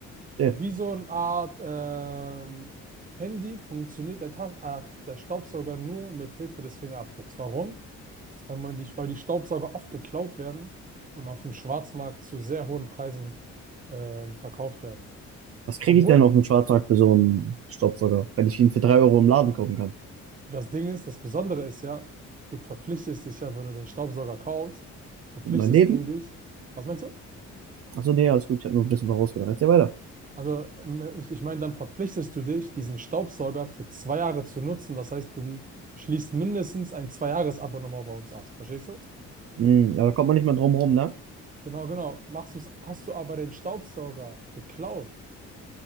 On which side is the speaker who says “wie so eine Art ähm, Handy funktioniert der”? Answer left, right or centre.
Right